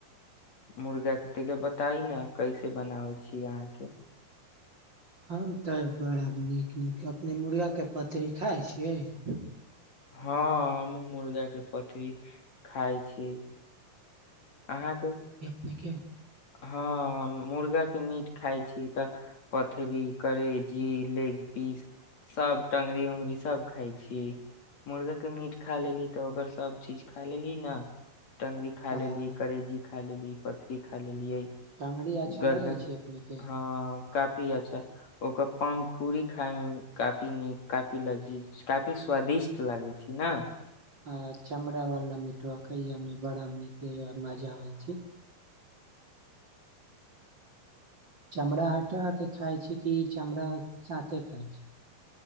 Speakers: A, on the left (about 45°); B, on the right (about 30°).
A: मुर्गा खेति ब तइ ने कैसे बनाबै छीयै अहाँ के
B: हम तऽ बड़ा नीक नीक अपने मुर्गाके पथरी खाइ छियै
A: हँ हमू मुर्गा के पथरी खााय छी अहाँके
B: नीक
A: हँ हम मुर्गाके मीट खाइ छी तऽ पथरी करेजी लेग पीस सभ टङंगरी उङ्गरी सभ खाइ छी मुर्गाके मीट खा लेली तऽ ओकर सभचीज खा लेली ने टंगरी खाइ
B: हाँ
A: करेजी खाइ लेल पत्री ख लेल लियै
B: टंगरी अच्छा
A: गर्दन
B: लगे छै अपने के
A: हँ काफी अच्छा ओ क पंखुरुरी खााय मे काफी नीक काफी लजीज काफी स्वादिष्ट लागै छै ने
B: आ चमड़ा वला मीठा कहिमे बड़ाी मजा होइ छै चमड़ा हटा के खााय छै कि चमड़ा साे खााय छै